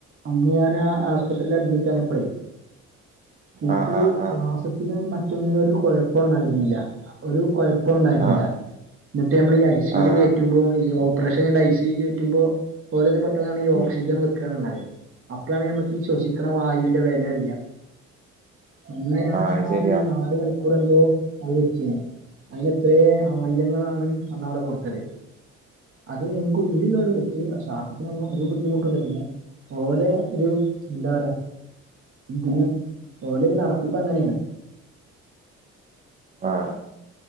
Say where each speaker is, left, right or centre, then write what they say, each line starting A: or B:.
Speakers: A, on the right (about 45°); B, on the right (about 30°).
A: അന്ന്ഞാൻ ആ ആസ്പത്രിൽ അഡ്മിറ്റ് ആയപ്പോളേ എനിക്ക്
B: ആഹ് ആഹ് ആഹ്
A: ശ്വാസത്തിന് മറ്റൊന്നിനും ഒരു കുഴപ്പം ഉണ്ടായിരുന്നില്ല - ഒരു കുഴപ്പം ഉണ്ടായിരുന്നില്ല
B: ആഹ്
A: എന്നിട്ട് നമ്മൾ ഈ ഐ സുവിൽ
B: ആഹ്
A: കയറ്റി റ്റുമ്പോ ഈ ഓപ്പറേഷൻ ഐ സി യിൽകയറ്റുമ്പോ ഓലെ പറ്റു ആപളണ് ഈ
B: ഉം
A: ഓക്സിജൻ വെക്ക നുള്ളത് അപ്പോഴാണ് നമുക്ക് ഈ ശ്വസിക്ണ വായുവിന്റെ വില അറിയ അന്ന് ഞാനാഒരു
B: ആഹ് അത് ശരിയാ
A: നാല് മണിക്കൂർ എന്തോ അത് വൊചിന്ന് അതിന് എത്ര ആയിരങ്ങളാണ് അന്ന് അവിടെ കൊടുത്തത്. അതെ എനിക്ക് ഒരു കൊടുല്ല ശ്വാസത്തിനൊന്നും ഒരു ബുദ്ധിമുട്ടില്ല പിന്നെ ഓലെ ഒരു എന്താ പറയാ ഇതിന് ഓലെ ഒരു നടത്തിപ്പ് അങ്ങനെയാണ്.
B: ആഹ്